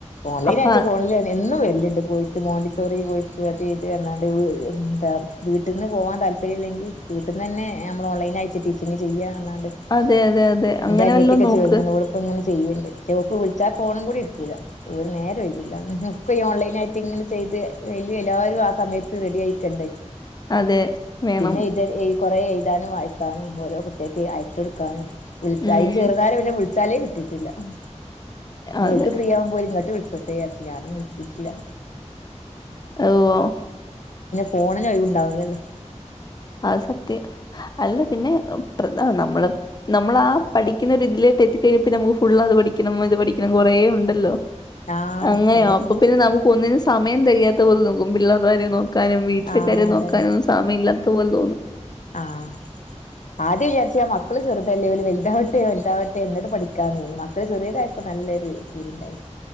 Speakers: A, on the left; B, on the left.
A: ഓൺലൈനായിറ്റ്
B: അപ്പൊ അ-
A: ഫോണിലാണെ എന്നും വെരല്ണ്ട് കോഴ് മോണ്ടിസോറി കോഴ്സ് അത് ഇത് അർഞ്ഞാണ്ട് വീ എന്താ വീട്ടിന്ന് പോവാൻ താല്പര്യല്ലെങ്കി വീട്ടീന്ന്ന്നെ നമ്മള് ഓൺലൈനായിട്ട് ടീചിങ് ചെയ്യാന്ന് ഞ്ഞാണ്ട്
B: അതെ അതെ അതെ അങ്ങനെ
A: ന്റെ അനിയത്ത്യക്കെ
B: വല്ലോ നോക്ക്
A: ചേർന്ന്നോള് ഇപ്പ ഇങ്ങനെ ചെയ്യണ്ട് ക്ഷേ ഓക്ക് വിളിച്ചാ ഫോണു കൂടി എടുക്കൂല ഒര് നേരം ഒഴിവില്ല ഒക്ക ഇനി ഓൺലൈനായിട്ട് ഇങ്ങെനെ ചെയ്ത് വെല്യു എല്ലാരു ആ സമയത്ത് റെഡി ആയിക്കണ്ടേ
B: അതെ വേണം
A: പിന്നെ ഇത് കൊറെ എഴുതാനും വായിക്കാനും ഓരോ കുട്ട്യാക്ക് അയച്ചൊട്ക്കാനും വിൾച്ചാ,
B: ഉം
A: അയ്ല് ചെർന്നാരെ പിന്നെ വിൾച്ചാലെ കിട്ടിട്ടില്ലന്നി
B: അതെ
A: ഓൽക്ക് ഫ്രീയാവുമ്പോ ഇങ്ങട്ട് വിളിചോട്ടെ ചാരിച്ച് ഞാനും വിളിച്ചിട്ടില്ല
B: ഓഹ്
A: ഫോണി ന് ഒയ് വുണ്ടാവുല ല്ലോ
B: അത് സത്യ. അല്ല പിന്നെ പ്രധാ നമ്മള് നമ്മളാ പഠിക്കുന്ന ഒരു ഇതിലേട്ട് എത്തിക്കഴിഞ്ഞപ്പ നമുക്ക് ഫുള്ളത് പഠിക്കണം ഇത് പഠിക്കണം കൊറേ ഉണ്ടല്ലോ
A: ആഹ്
B: അങ്ങനെയോ
A: കൊറേണ്ട്
B: അപ്പൊ പിന്നെ നമുക് ക്കൊന്നിനും സമയം തെകയാത്ത പോലെ നോക്കും. പിള്ളേർടെ കാര്യം നോക്കാനും വീട്ടിലെ
A: ആഹ്
B: കാര്യം
A: അതന്നെ
B: നോക്കാനൊന്നും സമയല്ല ത്തപോലെ തോന്നും
A: ആഹ്. ആദ്യം വിചാരിച്ച് ഞാൻ മക്കള് ചെർതല്ലേ ഓല് വെൽതാവട്ടെ വെൽതാവട്ടെ ന്നെട്ട് പഠിക്കാന്ന്. മക്കള് ചെറിയതായപ്പോ നല്ലൊരു പൂതിണ്ടായിനി